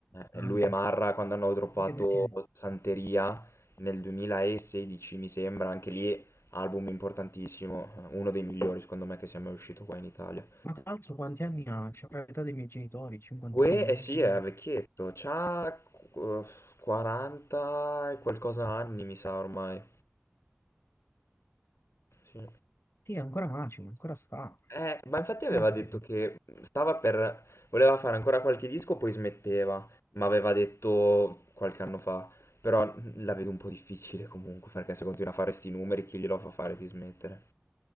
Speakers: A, on the left; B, on the left.
A: eh,
B: anche,
A: lui e Marra quando hanno droppato
B: anche perché...
A: Santeria nel 2016, mi sembra, anche lì album importantissimo, eh, uno dei migliori secondo me che sia mai uscito qua in Italia.
B: Ma tra l'altro quanti anni ha? C'è l'età dei miei genitori, 50
A: Gue,
B: anni,
A: eh
B: quanti
A: sì,
B: ne
A: è
B: ha?
A: vecchietto, c'ha eh, 40 e qualcosa anni, mi sa ormai. Sì.
B: Sì, ancora macimo, ancora sta.
A: Eh, ma infatti aveva
B: Caspita.
A: detto che stava per... voleva fare ancora qualche disco, poi smetteva, ma aveva detto qualche anno fa. Però la vedo un po' difficile comunque, perché se continua a fare sti numeri, chi glielo fa fare di smettere?